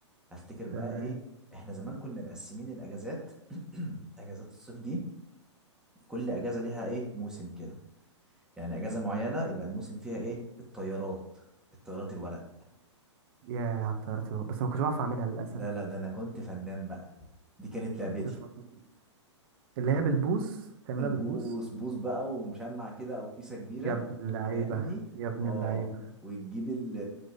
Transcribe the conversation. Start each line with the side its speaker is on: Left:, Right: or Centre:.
Centre: افتكر بقى
Right: تمام
Centre: ايه احنا زمان كنا مقسمين الاجازات <clears throat> اجازات الصيف دي كل اجازه ليها ايه موسم كده يعني اجازه معينه يبقى الموسم فيها ايه الطيارات الطيارات الورق
Right: يا على الطيارة بس ما كنتش بعرف اعملها للاسف
Centre: لا لا ده انا كنت فنان بقى دي كانت لعبتي
Right: كنتش بعرف أعملها. اللي هي بالبوص تعملها
Centre: البوص
Right: بالبوص
Centre: بوص بقى ومشمع كده او كيسه كبيره
Right: يا ابن اللعيبه
Centre: فاهمني
Right: يا ابن
Centre: اه
Right: اللعيبه
Centre: وتجيب ال-